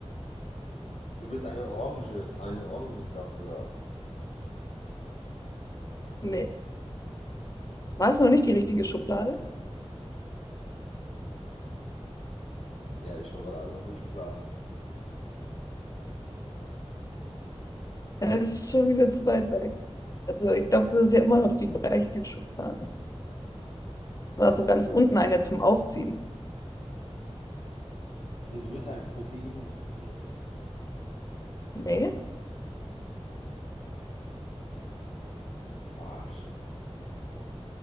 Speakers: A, on the left; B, on the left.
A: Du bist eine Orange, ein Orangensaft oder.
B: Nee. War es noch nicht die richtige Schublade?
A: Ja, ich schaue gerade alle unsere Schubladen.
B: Ja, das ist schon wieder zu weit weg. Also ich glaube, das ist ja immer noch die gleiche Schublade. Es war so ganz unten eine zum Aufziehen.
A: Du, du bist ein Proteindrink. Willst
B: Nee?
A: Du mich verarschen.